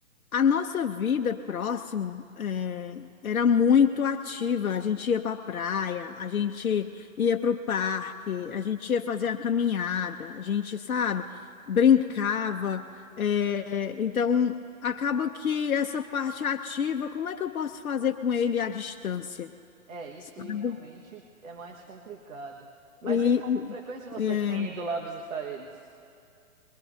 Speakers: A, on the left (about 85°); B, on the right (about 70°).
A: a nossa vida próximo eh, era muito ativa. A gente ia para a praia, a gente ia para o parque, a gente ia fazer a caminhada, a gente, sabe, brincava. Eh, então, acaba que essa parte ativa, como é que eu posso fazer com ele à distância,
B: É, isso
A: sabe?
B: aí realmente é mais complicado. Mas
A: E,
B: e com
A: e-
B: que frequência você
A: é,
B: tem ido lá visitar eles?